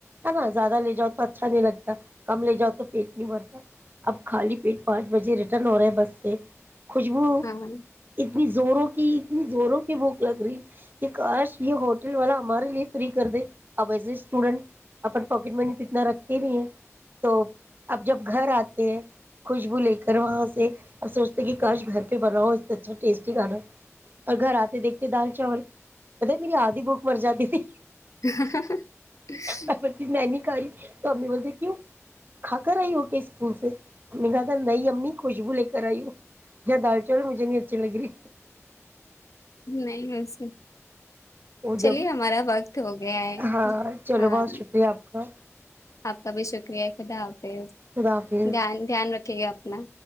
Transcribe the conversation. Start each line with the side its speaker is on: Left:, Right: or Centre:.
Right: ہے نا زیادہ لے جاؤ تو اچھا نہیں لگتا کم لے جاؤ تو پیٹ نہیں بھرتا اب خالی پیٹ پانچ بجے ریٹرن ہو رہا ہے بس سے خوشبو
Left: ہاں
Right: اتنی زوروں کی اتنی زوروں کی بھوک لگ رہی کہ کاش یہ ہوٹل والا ہمارے لیے فری کر دے اب ایز اے اسٹوڈنٹ اپن پاکٹ منی تو اتنا رکھتے نہیں ہے تو اب جب گھر آتے ہیں خوشبو لے کر وہاں سے اب سوچتے کہ کاش گھر پہ بناؤ اس اچھا ٹیسٹی کھانا اور گھر آتے دیکھتے دال چاول بت میری آدھی بھوک مر جاتی تھی
Left: <unintelligible>
Right: بولتی میں نہیں تو امی بولتے کیوں کھا کر آئی ہو کے اسکول سے نے کہا تھا نہیں امی خوشبو لے کر آئی ہو یا دال چوول مجھے نہیں اچھی لگ رہی
Left: نہیں وسے
Right: وہ
Left: چلیے
Right: جب
Left: ہمارا باغ ہو گیا ہے
Right: ہاں چلو
Left: ہاں
Right: بہت شکریہ آپ کا
Left: آپ کا بھی شکر چلیے خدا حافظ
Right: خدا حافظ
Left: دھیان رکھ خیال رکھیے اپنا